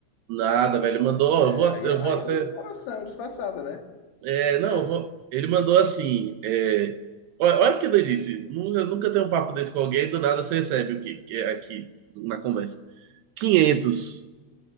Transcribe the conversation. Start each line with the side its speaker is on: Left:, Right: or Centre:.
Right: Nada, velho, mandou, ó,
Left: É,
Right: eu vou, at-
Left: aí,
Right: eu
Left: aí
Right: vou até...
Left: é uma exploração disfarçada, né?
Right: É,
Left: É,
Right: não, eu vou- ele mandou assim. É, olha, olha o que ele disse. Nunca, nunca tem um papo desse com alguém, do nada você recebe o que, que é aqui na conversa. quinhentos